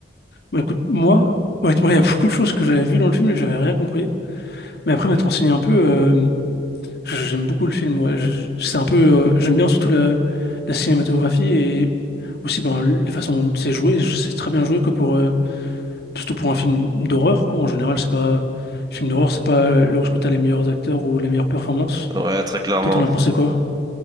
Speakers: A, on the left; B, on the right.
A: Bah écoute, moi, honnêtement, il y a <laughs> beaucoup de choses que j'avais vues dans le film et j'avais rien compris. Mais après, m'être renseigné un peu, euh, j- j'aime beaucoup le film. ouais. Je- je- C'est un peu, euh, j'aime bien surtout la, la cinématographie et aussi ben, les façons dont c'est joué. Je- C'est très bien joué, quoi, pour, euh, surtout pour un film d'horreur, quoi. En général, c'est pas, film d'horreur, c'est pas euh, là où tu as les meilleurs acteurs ou les meilleures performances.
B: Ouais, très clairement.
A: Toi, t'en as pensé quoi?